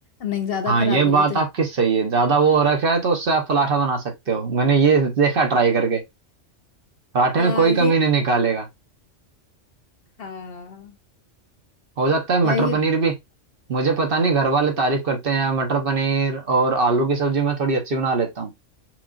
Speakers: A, on the left; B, on the right.
A: नहीं ज्यादा
B: हाँ
A: खराब
B: ये बात
A: हो गई तो
B: आपकी सही है ज्यादा वो हो रखा है तो उससे आप पराठा बना सकते हो मैंने ये देखा ट्राई करके पराठे
A: हाँ
B: में कोई
A: ये
B: कमी नहीं निकालेगा
A: हाँ
B: हो जाता है मटर
A: या ये
B: पनीर भी मुझे पता नहीं घर वाले तारीफ करते हैं मटर पनीर और आलू की सब्जी मैं थोड़ी अच्छी बना लेता हूँ